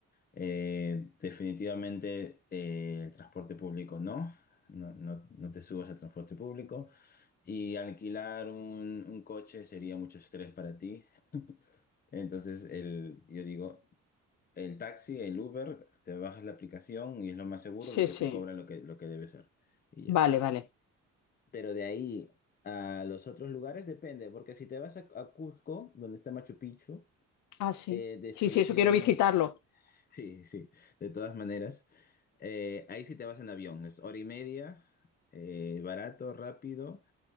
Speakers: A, on the left (about 30°); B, on the left (about 70°).
A: Eh, definitivamente eh, el transporte público no. No, no, no te subas al transporte público. Y alquilar un, un coche sería mucho estrés para ti. Entonces, el, yo digo, El taxi, el Uber, te bajas la aplicación y es lo más seguro
B: Sí,
A: porque
B: sí.
A: te cobra lo que, lo que debe ser. Y
B: Vale,
A: ya.
B: vale.
A: Pero de ahí a los otros lugares depende, porque si te vas a, a Cusco, donde está Machu Picchu,
B: Ah, sí.
A: eh, definitivamente,
B: Sí, sí, eso quiero visitarlo.
A: <laughs> sí, sí, de todas maneras, eh, ahí sí te vas en avión, es hora y media, eh, barato, rápido,